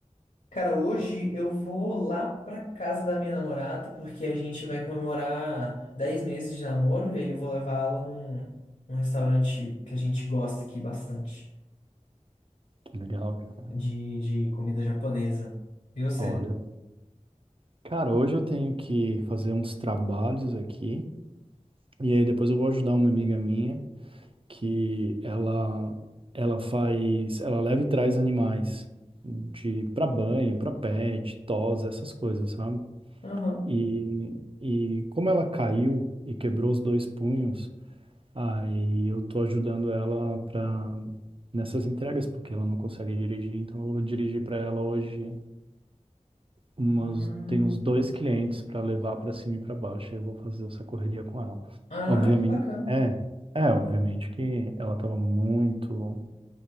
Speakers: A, on the left; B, on the right.
A: Cara, hoje eu vou lá pra casa da minha namorada, porque a gente vai comemorar 10 meses de namoro, e aí eu vou levar ela num, num restaurante que a gente gosta aqui bastante,
B: Que legal, cara.
A: de, de comida japonesa. E você?
B: Olha, cara, hoje eu tenho que fazer uns trabalhos aqui e aí depois eu vou ajudar uma amiga minha que ela ela faz, ela leva e traz animais de para banho, para pet, tos, essas coisas, sabe?
A: Aham.
B: E e como ela caiu e quebrou os dois punhos, aí eu tô ajudando ela para nessas entregas porque ela não consegue dirigir, então eu vou dirigir para ela hoje umas,
A: Hum.
B: tem uns dois clientes para levar para cima e para baixo, e eu vou fazer essa correria com ela.
A: Ah,
B: Obviamente,
A: que bacana.
B: é, é, obviamente que ela estava muito,